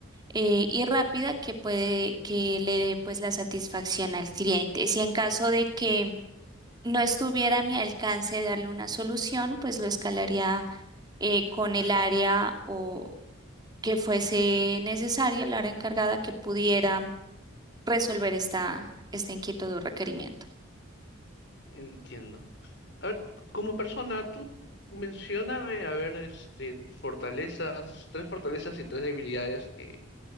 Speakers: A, on the right (about 20°); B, on the left (about 55°).
A: eh, y rápida que puede que le dé pues la satisfacción al cliente. Si en caso de que no estuviera a mi alcance darle una solución, pues lo escalaría eh, con el área o que fuese necesaria, el área encargada que pudiera resolver esta, esta inquietud o requerimiento.
B: Entiendo. A ver, como persona, tú mencióname, a ver, este, fortalezas, tres fortalezas y tres debilidades que,